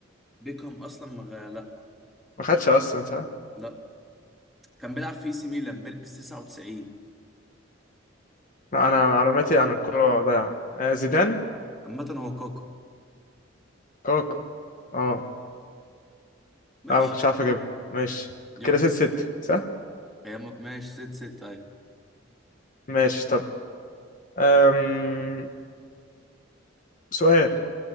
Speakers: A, in the centre; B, on the left (about 45°).
A: بيكهام اصلا ما غ- لا
B: ما خدش اصلا صح
A: لا كان بيلعب في اي سي ميلان بيلبس 99
B: لا انا معلوماتي عن الكرة ضايعة آه زيدان
A: عامه هو كاكا
B: كاكا اه
A: ماشي
B: لا ما كنتش عارف اجيبها ماشي
A: يلا
B: كده ست ست صح
A: يا م- ماشي ست ست طيب
B: ماشي طب أم... سؤال